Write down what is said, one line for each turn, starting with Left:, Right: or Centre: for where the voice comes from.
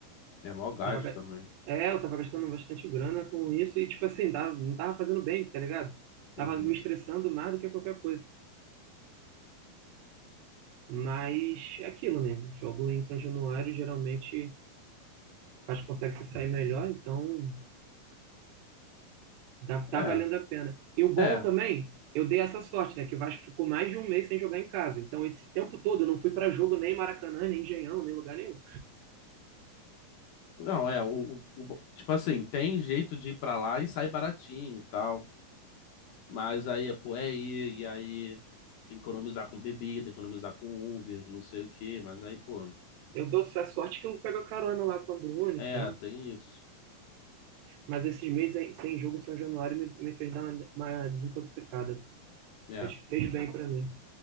Left: é mó gasto
Right: Tava, ga-
Left: também.
Right: é, eu tava gastando bastante grana com isso e, tipo assim, tava, não tava fazendo bem, tá ligado? Tava
Left: Uhum.
Right: me estressando mais do que qualquer coisa. Mas é aquilo, né? Jogo em São Januário geralmente faz consegue se sair melhor, então dá, tá
Left: É,
Right: valendo a pena. E o bom
Left: é.
Right: também, eu dei essa sorte, né? Que o Vasco ficou mais de um mês sem jogar em casa. Então, esse tempo todo eu não fui pra jogo nem em Maracanã, nem em Engenhão, nem lugar nenhum.
Left: Não, é. O, o, o- tipo assim, tem jeito de ir pra lá e sai baratinho e tal. Mas aí, é, pô, é ir, e aí tem que economizar com bebida, economizar com Uber, não sei o quê. Mas aí, pô,
Right: Eu dou essa sorte que eu pego a carona lá com a Bruna
Left: é,
Right: e tal.
Left: tem isso.
Right: Mas esses meses sem jogo em São Januário me, me fez dar uma, uma desintoxicada.
Left: É.
Right: Fez, fez bem pra mim.